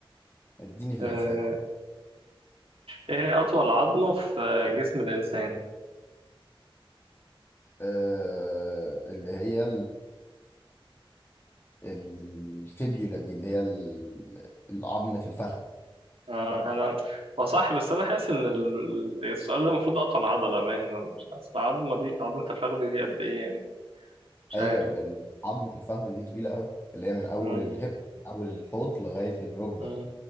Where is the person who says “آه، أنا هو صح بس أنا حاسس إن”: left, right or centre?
Right